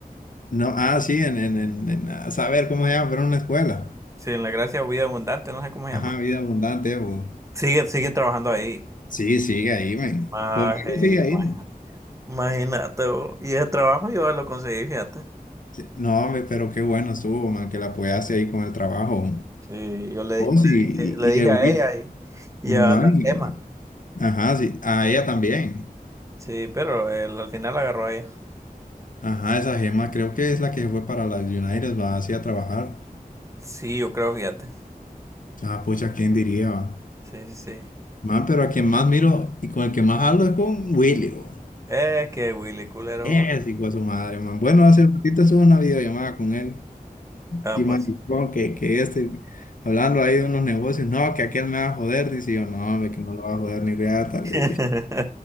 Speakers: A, on the left; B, on the right.
A: No, ah, sí, en, en, en, en- a saber cómo se llama, pero en una escuela.
B: Sí, en la gracia vida abundante, no sé cómo se
A: Ajá,
B: llama.
A: vida abundante, bo.
B: Sigue, sigue trabajando ahí.
A: Sí, sigue ahí, men.
B: Maje,
A: Por algo sigue ahí.
B: ma-
A: men.
B: imagínate, vos. Y ese trabajo yo lo conseguí, fíjate.
A: Sí, No, hombre, pero qué bueno estuvo, man, que la apoyaste ahí con el trabajo.
B: Sí, yo le,
A: Vos
B: le
A: y,
B: dije, le dije
A: y, y el
B: a
A: Will.
B: ella y, y
A: Man,
B: a la Emma.
A: ajá, sí, a ella también.
B: Sí, pero él al final agarró a ella.
A: Ajá, esa gema creo que es la que fue para las United, va así a trabajar.
B: Sí, yo creo, fíjate.
A: Ah, pucha, ¿quién diría, va?
B: Sí, sí, sí.
A: Man, pero a quien más miro y con el que más hablo es con Willy, bo.
B: Es que Willy culero.
A: Es hijo de su madre, man. Bueno, hace ratito hizo una videollamada con él.
B: Ah,
A: Y
B: pues.
A: maricón, que, que este, hablando ahí de unos negocios, no, que aquel me va a joder. Dice yo, no, hombre, que no lo va a joder ni reata, le
B: sí. <laughs>
A: digo.